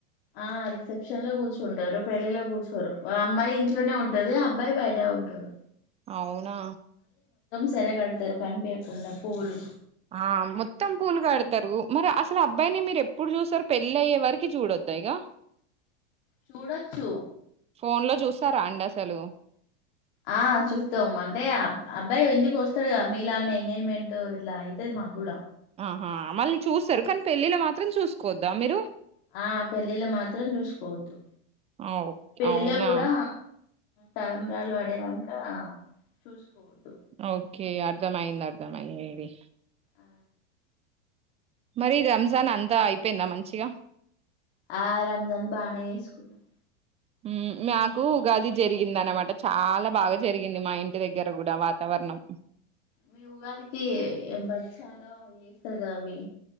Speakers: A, on the left (about 55°); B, on the right (about 20°).
A: ఆ రిసెప్షన్ లో కూర్చుంటారు పెళ్ళిలో కూర్చోరు అమ్మాయి ఇంట్లోనే ఉంటది అబ్బాయి బయటె ఉంటాడు
B: అవునా
A: చేరగా కడతారు కంపికుడా పువ్వులు
B: ఆ మొత్తం పూలుగాడతారు మరి అసలు అబ్బాయిని మీరు ఎప్పుడు చూస్తారు పెళ్ళి అయ్యే వారికి చూడొద్దాయిగా
A: చూడొచ్చు
B: ఫోన్ లో చూసాంరాండ్ అసలు చలు
A: ఆ చూస్తాం అంటేబ్ అబ్బాయి ఎందుకు వస్తాడు కద మీలాగనే ఎంగేజ్మెంట్ ఇలా అయితది మాక్ గూడా
B: ఆ మళ్ళీ చూస్తారు కానీ పెళ్ళిలో మాత్రం చూసుకోవద్దా మీరు
A: ఆ పెళ్ళిళ్ళ మాత్రం చూసుకోవద్దు
B: అవ్
A: పెళ్ళిలో
B: అవునా
A: కూడా తలంబ్రాలు పడేదాక చూసుకోగూడద్
B: ఓకే అర్ధమైంది అర్ధమైంది మీది
A: ఆ
B: మరి రంజాన్ అంతా అయిపోయిందా మంచిగా
A: ఆ రంజన్ బానే ఏసుకున్నాం
B: ఉమ్ మాకు ఉగాది జరిగింద అనమాట చాలా బాగా జరిగింది మా ఇంటి దగ్గర కూడా వాతావరణం
A: మీ ఉగాదికి ఏ బచ్చలో అవి చేస్తారు కద అవి